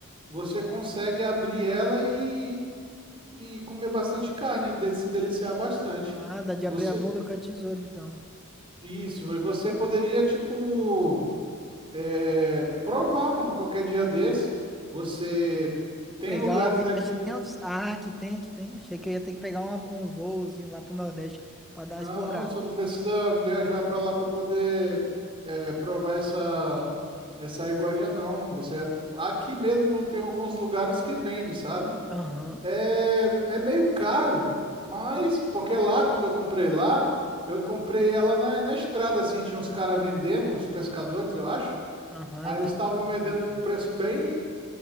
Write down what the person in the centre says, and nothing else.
Ah, dá de
abrir a bunda com a tesoura, então.
Pegar
uma viagemzinha.
Ah, que tem, que tem. Achei que eu ia ter que pegar uma- um voozinho lá pro Nordeste pra dar
uma explorada.
Aham,
aham,
entendi,
entendi,
mano.